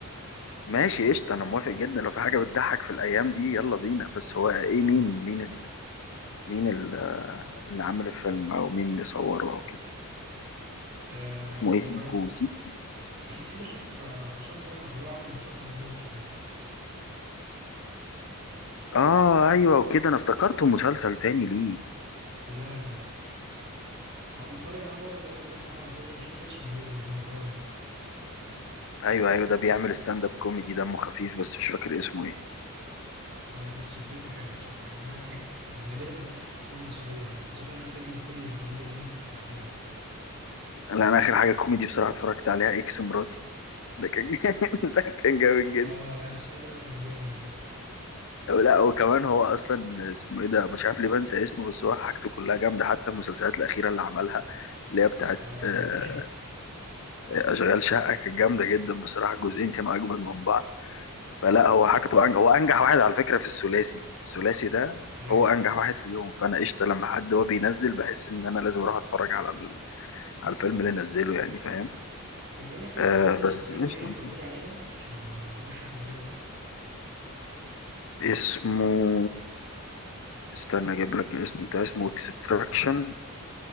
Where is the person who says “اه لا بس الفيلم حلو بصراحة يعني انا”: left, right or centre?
Right